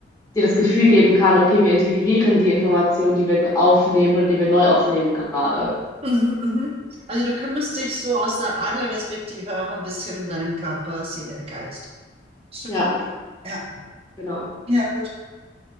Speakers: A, on the left; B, on the right.
A: dir das Gefühl geben kann, okay, wir integrieren die Informationen, die wir ge- aufnehmen oder die wir neu aufnehmen gerade.
B: Mhm, mhm. Also du kümmerst dich so aus der Adlerperspektive auch ein bisschen um deinen Körper, Seele, Geist. Stimmt
A: Ja,
B: das? Ja,
A: genau.
B: ja, gut.